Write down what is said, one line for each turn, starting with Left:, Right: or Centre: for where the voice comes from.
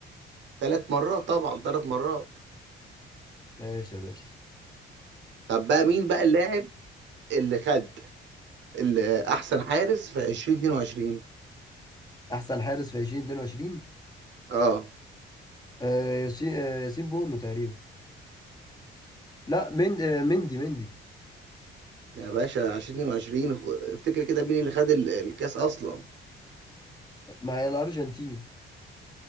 Right: ثلاث مرات طبعا ثلاث مرات
Left: ماشي يا باشا
Right: طب بقى مين بقى اللاعب اللي خد اللي احسن حارس في 2022
Left: احسن حارس في 2022
Right: اه
Left: آه ياسين آه ياسين بونو تقريبا لا مند آه مندي مندي
Right: يا باشا 2022 خ- افتكر كده مين اللي خد ال- الكاس اصلا
Left: ما هي الارجنتين